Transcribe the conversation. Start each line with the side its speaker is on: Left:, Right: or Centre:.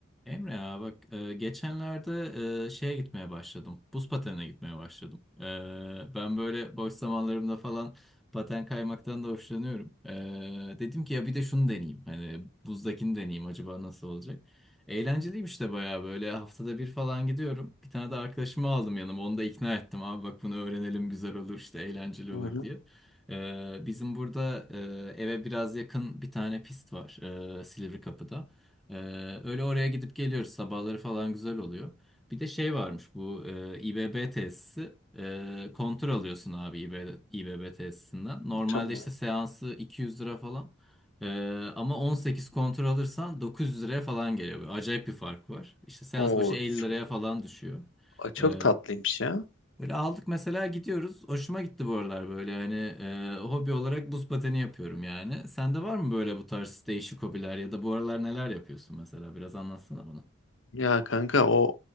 Centre: Emre ya bak e, geçenlerde e, şeye gitmeye başladım. Buz patenine gitmeye başladım. E, ben böyle boş zamanlarımda falan paten kaymaktan da hoşlanıyorum. E, dedim ki ya bir de şunu deneyeyim. Hani buzdakini deneyeyim acaba nasıl olacak? Eğlenceliymiş de bayağı böyle haftada bir falan gidiyorum. Bir tane de arkadaşımı aldım yanıma onu da ikna ettim. Abi bak bunu öğrenelim güzel olur işte eğlenceli
Left: Hı
Centre: olur
Left: hı,
Centre: diye. E, bizim burada e, eve biraz yakın bir tane pist var e, Silivri Kapı'da. Ee, öyle oraya gidip geliyoruz. Sabahları falan güzel oluyor. Bir de şey varmış bu e, İBB tesisi. E, kontör alıyorsun abi İBB, İBB tesisinden. Normalde
Left: Tamam.
Centre: işte seansı 200 lira falan. E, ama 18 kontör alırsan 900 liraya falan geliyor. Böyle acayip bir fark var. İşte seans
Left: Oo,
Centre: başı 50
Left: çok,
Centre: liraya falan düşüyor.
Left: çok
Centre: E,
Left: tatlıymış ya.
Centre: Böyle aldık mesela gidiyoruz. Hoşuma gitti bu aralar böyle hani e, hobi olarak buz pateni yapıyorum yani. Sende var mı böyle bu tarz değişik hobiler ya da bu aralar neler yapıyorsun mesela? Biraz anlatsana bana.
Left: Ya kanka o